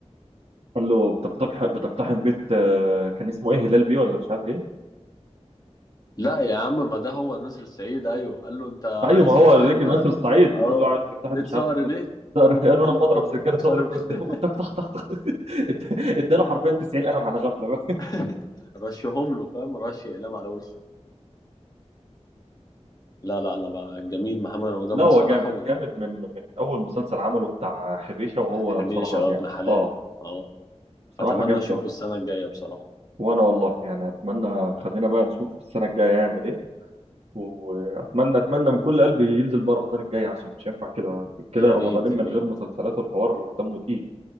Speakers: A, on the right (about 60°); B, on the left (about 35°).
A: قال له بتقتحم بتقتحم بيت آه، كان اسمه ايه هلال بيه ولا مش عارف ايه
B: لا يا عم ما ده هو نسر سعيد ايوه قال له انت عايز
A: ايوه ما هو
B: تقتحم
A: الراجل ناصر السعيد
B: اه
A: بتقول له عايز تقتحم
B: بيت
A: مش
B: صقر
A: عارف بيت
B: بيه
A: صقر. <laughs> قال له
B: قال
A: لما
B: له
A: اضرب
B: قال له
A: سجاده
B: لو صقر
A: صدر بيه
B: بيه
A: قدامه تك تك تك تك <laughs> اد- اداله حرفيا 90 قلم على غفله
B: <laughs> رشهم له فاهم رش اقلام على وشه لا لا انا بقى جميل محمد
A: <laughs>
B: رمضان
A: لا هو
B: بصراحه
A: جامد جامد من من اول مسلسل عمله بتاع حبيشه وهو
B: وحبيش
A: بصراحه
B: اه
A: جامد
B: ابن حلال
A: اه
B: اه
A: بصراحه
B: اتمنى
A: جامد
B: اشوفه
A: أوي.
B: السنه الجايه بصراحه
A: وانا والله يعني اتمنى خلينا بقى نشوف السنه الجايه يعمل ايه واتمنى اتمنى من كل قلبي ينزل بقى رمضان الجاي عشان مش هينفع كده كده
B: يا
A: رمضانين
B: ريت يا
A: من
B: ريت
A: غير مسلسلات والحوار دمه تقيل